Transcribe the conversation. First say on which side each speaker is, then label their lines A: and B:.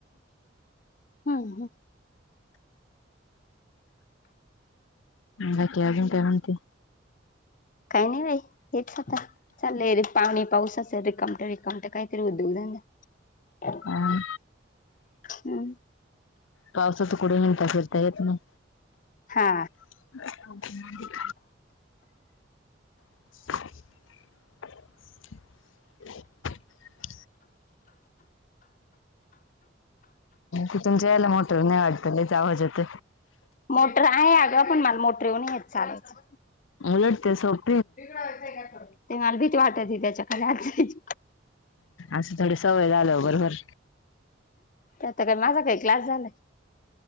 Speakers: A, on the left (about 40°); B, on the left (about 85°).
A: हा ह.
B: बाकी अजून काय म्हणते.
A: काही नाही बाई हेच आता चाल रे पावणी पाऊसच रिकमट रिकमट काही. त उ दुघ द.
B: अ
A: हम्म.
B: पावसात कड हिणता फिरताय येत नाही.
A: हा.
B: हो. <inaudible> तिथुन जायला मोटर नाही वाटत लयच आवाज यत.
A: मोटर आहे अग पण मला मोटर येऊन येत चालायचं.
B: उलटते सप.
A: ते मला भीट वाटत त्याच्या खाली आयची.
B: असं थोडी सवय झाल बरोबर.
A: त्याता का माझा काही क्लास झालाय.